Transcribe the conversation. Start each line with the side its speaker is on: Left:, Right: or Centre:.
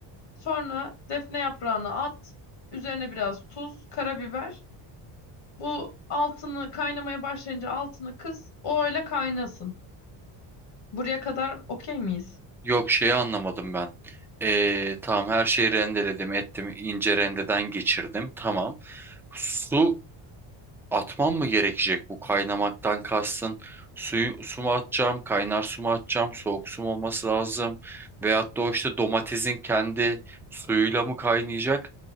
Left: Sonra defne yaprağını at. Üzerine biraz tuz, karabiber. Bu altını kaynamaya başlayınca altını kıs. O öyle kaynasın. Buraya kadar okey miyiz?
Centre: Yok şeyi anlamadım ben. Ee, tamam her şeyi rendeledim ettim ince rendeden geçirdim. Tamam. Su atmam mı gerekecek bu kaynamaktan kastın? Suyu su mu atacağım? Kaynar su mu atacağım? Soğuk su mu olması lazım? Veyahut da o işte domatesin kendi suyuyla mı kaynayacak?